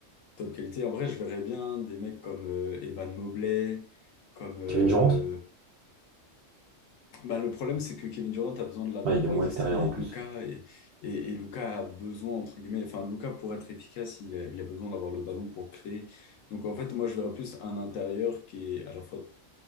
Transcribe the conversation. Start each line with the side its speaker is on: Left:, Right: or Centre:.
Left: top qualité. En vrai, je verrais bien des mecs comme euh, Evan Mobley, comme euh,
Right: Kevin Durant?
Left: Bah, le problème, c'est que Kevin Durant a besoin de la balle
Right: Ouais, il
Left: pour
Right: est moins
Left: exister
Right: extérieur
Left: et
Right: en plus.
Left: Luka, et, et, et Luka a besoin, entre guillemets, enfin, Luka, pour être efficace, il a, il a besoin d'avoir le ballon pour créer. Donc, en fait, moi, je verrais plus un intérieur qui est à la fois